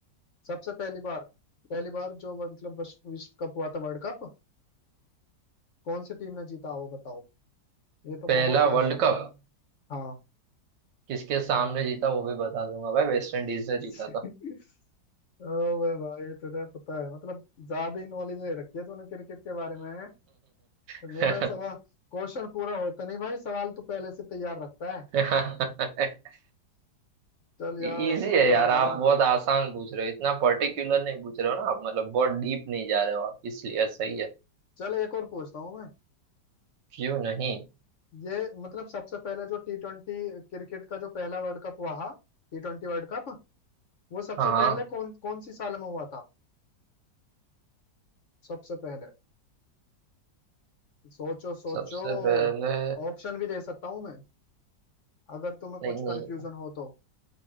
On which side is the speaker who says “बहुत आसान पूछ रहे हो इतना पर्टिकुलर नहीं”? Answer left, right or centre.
Right